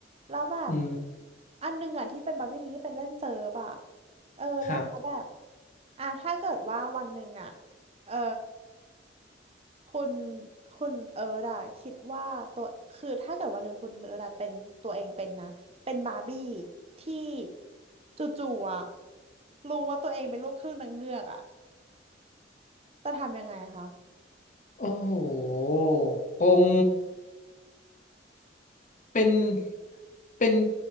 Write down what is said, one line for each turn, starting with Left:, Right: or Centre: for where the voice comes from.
Right: แล้วแบบ
Left: อืม
Right: อันหนึงอะที่เป็นบาร์บี้หนึ่งที่เป็นเล่นเซิร์ฟอะเออแล้วเขาแบบ
Left: ครับ
Right: อ่ะถ้าเกิดว่าวันหนึ่งอะเออ คุณคุณเอิร์ธอะคิดว่าตัวคือถ้าเกิดวันหนึ่งคุณเอิร์ธอะเป็นตัวเองเป็นนะเป็นบาร์บี้ที่จู่ๆอะรู้ว่าตัวเองเป็นลูกครึ่งนางเงือกอะจะทำยังไงคะ
Left: โอ้โหคง เป็นเป็น